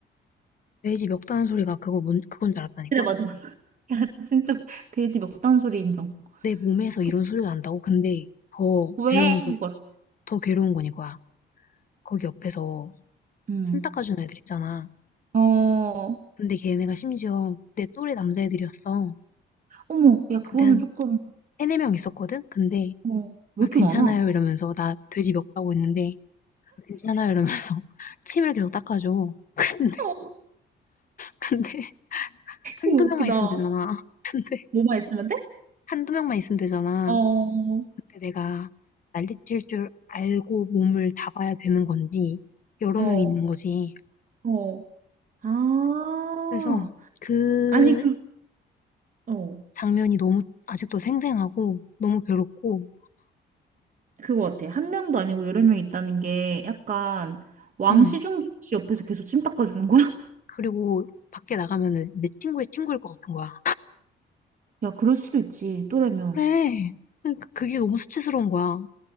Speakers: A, on the left (about 45°); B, on the right (about 40°).
A: 돼지 멱다는 소리가 그거 뭔, 그건 줄 알았다니까?
B: 그래 맞아 맞아. <laughs> 야 진짜 돼지 먹던 소리 인정.
A: 내 몸에서
B: 막
A: 이런 소리가 난다고? 근데 더
B: 왜?
A: 괴로운 건,
B: 이걸.
A: 더 괴로운 건 이거야. 거기 옆에서
B: 음.
A: 침 닦아주는 애들 있잖아.
B: 어.
A: 근데 걔네가 심지어 내 또래 남자애들이었어.
B: 어머, 야,
A: 근데
B: 그거는
A: 한
B: 조금,
A: 세네 명 있었거든? 근데,
B: 어, 왜
A: 아,
B: 이렇게
A: 괜찮아요.
B: 많아?
A: 이러면서 나 돼지 멱다고 했는데, 아, 괜찮아요. 이러면서 <laughs> 침을 계속 닦아줘. <laughs> 근데,
B: 어,
A: 근데, 한두
B: 이거 웃기다.
A: 명만 있으면 되잖아. <laughs> 근데,
B: 뭐만 있으면 돼?
A: 한두 명만 있으면 되잖아.
B: 어,
A: 그때 내가 난리칠 줄 알고 몸을 잡아야 되는 건지 여러
B: 어,
A: 명이 있는 거지.
B: 어. 아,
A: 그래서 그
B: 아니, 그, 어,
A: 장면이 너무 아직도 생생하고 너무 괴롭고,
B: 그거 같아. 한 명도 아니고 여러 명 있다는 게 약간 왕
A: 응.
B: 시중기 씨 옆에서 계속 침 닦아주는 거야?
A: 그리고 밖에 나가면 내 친구의 친구일 것 같은 거야.
B: <laughs> 야, 그럴 수도 있지, 또래면.
A: 그래. 그러니까 그게 너무 수치스러운 거야.